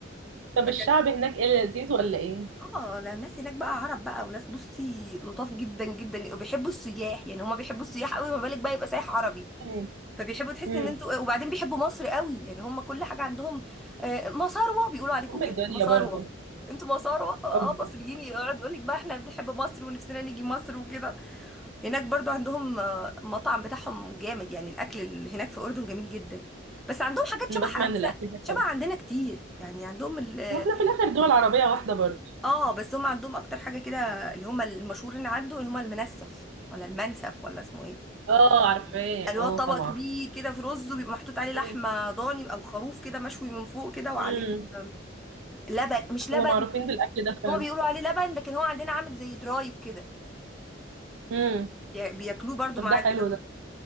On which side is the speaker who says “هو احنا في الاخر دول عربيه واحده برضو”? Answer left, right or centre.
Right